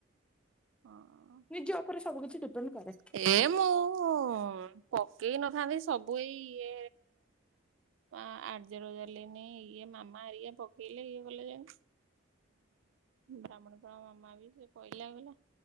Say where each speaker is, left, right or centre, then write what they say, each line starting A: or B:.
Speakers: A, on the right (about 75°); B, in the centre.
A: ଏମୁଁ
B: ନିଜ ଉପରେ ସବୁ କିଛି ଡିପେଣ୍ଡ କରେ।
A: ପକେଇ ନଥାନ୍ତି ସବୁ ଏଇ ଇଏ ଆଯ୍ୟର ଜାରଲିନି ଇଏ ମାମାରିକ ପକେଇଲେ ଇଏ କଲେ ଯେଁ ବ୍ରାହ୍ମଣୀପ ମାମା ବି ସେ କହିଲା କଲା